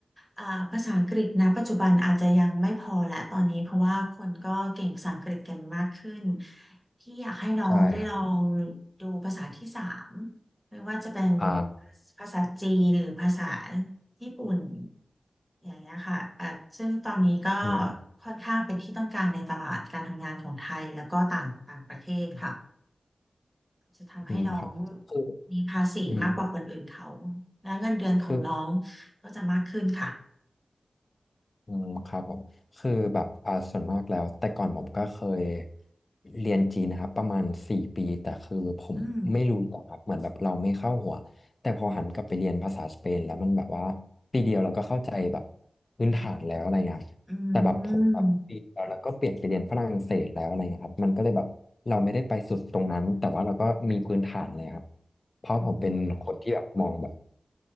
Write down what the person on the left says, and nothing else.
ใช่ครับ
อ่า
อืม
อืมครับคือ
อืม
คือ
อืมครับผมคือแบบอ่าส่วนมากแล้วแต่ก่อนผมก็เคยเรียนจีนนะครับประมาณสี่ปีแต่คือผมไม่รู้หรอกครับเหมือนแบบเราไม่เข้าหัวแต่พอหันกลับไปเรียนภาษาสเปนแล้วมันแบบว่าปีเดียวเราก็เข้าใจแบบ
พื้นฐานแล้วอะไรเงี้ยครับแต่แบบผมแบบปีเดียวแล้วก็เปลี่ยนไปเรียนฝรั่งเศสแล้วอะไรเงี้ยครับมันก็เลยแบบเราไม่ได้ไปสุดตรงนั้นแต่ว่าเราก็มีพื้นฐานเลยครับ
เพราะผมเป็นคนที่แบบมองแบบ